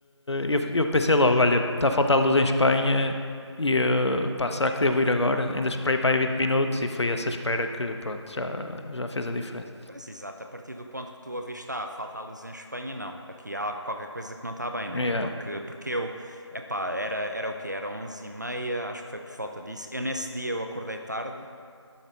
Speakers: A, on the left; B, on the right.
A: eu, eu pensei logo, olha, está a faltar
B: Uhum.
A: luz em Espanha e eu, pá, será que devo ir agora? Ainda esperei para aí 20 minutos e foi essa espera que, pronto, já, já fez a diferença.
B: Pois, exato. A partir do ponto que tu ouviste, ah, falta a luz em Espanha, não. Aqui há qualquer coisa que não está bem, né?
A: Yeah,
B: Porque, porque eu, epá, era, era o quê? Era onze e meia acho que foi por falta disso. Eu nesse dia eu acordei tarde.